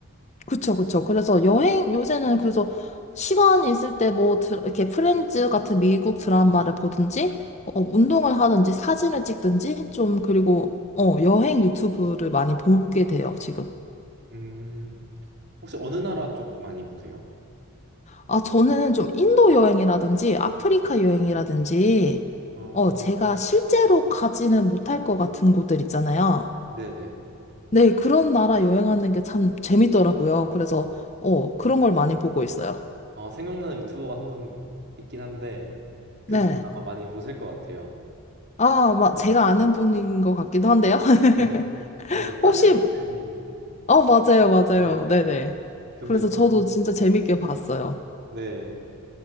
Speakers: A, on the left; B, on the right.
A: 그쵸, 그쵸. 그래서 여행, 요새는 그래서 시간이 있을 때 뭐, 드- 이렇게 프렌즈 같은 미국 드라마를 보든지, 어, 운동을 하든지, 사진을 찍든지, 좀, 그리고, 어, 여행 유튜브를 많이 보게 돼요, 지금.
B: 음, 혹시 어느 나라 쪽 많이 보세요?
A: 아, 저는 좀 인도 여행이라든지 아프리카 여행이라든지,
B: 아,
A: 어, 제가 실제로 가지는 못할 것 같은 곳들 있잖아요.
B: 네네.
A: 네, 그런 나라 여행하는 게 참 재밌더라고요. 그래서, 어, 그런 걸 많이 보고 있어요.
B: 아, 생각나는 유튜버가 한 분 있긴 한데 그분
A: 네.
B: 아마 많이 보실 것 같아요.
A: 아, 막
B: 그죠?
A: 제가 아는 분인 것 같기도 한데요. <laughs>
B: 네, 그 빠니모텔님
A: 혹시, 어, 맞아요, 맞아요.
B: 네네네
A: 네네.
B: 그분
A: 그래서
B: 유튜브
A: 저도 진짜
B: 재밌고요.
A: 재밌게 봤어요.
B: 네.